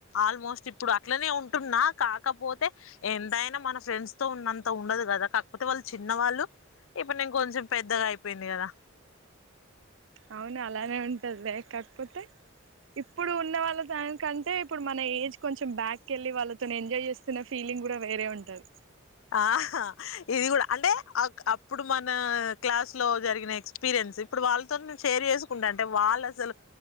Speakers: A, on the left; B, on the right.
A: ఆల్మోస్ట్ ఇప్పుడు అట్లనే ఉంటున్నా. కాకపోతే ఎంతైనా మన ఫ్రెండ్స్ తో ఉన్నంత ఉండదు కదా. కాకపోతే వాళ్ళు చిన్నవాళ్ళు ఇప్పుడు నేను కొంచెం పెద్దగా అయిపోయింది కదా.
B: అవును అలానే ఉంటది వే కాకపోతే ఇప్పుడు ఉన్న వాళ్ళ దానికంటే ఇప్పుడు మన ఏజ్ కొంచెం బ్యాక్కి వెళ్ళి వాళ్ళతోని ఎంజాయ్ చేస్తున్న ఫీలింగ్ కూడా వేరే ఉంటది.
A: ఆహ ఇది కూడా అంటే అక్ అప్పుడు మన నా క్లాస్ లో జరిగిన ఎక్స్పీరియన్స్ ఇప్పుడు వాళ్ళతోను నేను షేర్ చేసుకుంటా అంటే వాళ్ళు అసలు